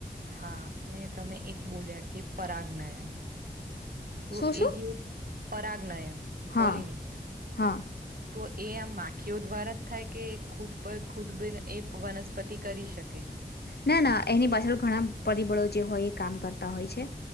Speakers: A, on the right (about 60°); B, on the left (about 70°).
A: હા, અને તમે એક બોલ્યા કે પરાજ્ઞયન. તો
B: શું શું
A: એ જે પરાજ્ઞયન
B: હા
A: પોલિનેશન
B: હા
A: તો એ આમ માખીઓ દ્વારા જ થાય કે, ખુદ પર ખુદ બી એ વનસ્પતિ કરી શકે?
B: ના ના એની પાછળ ઘણા પરિબળો જે હોય કામ કરતા હોય છે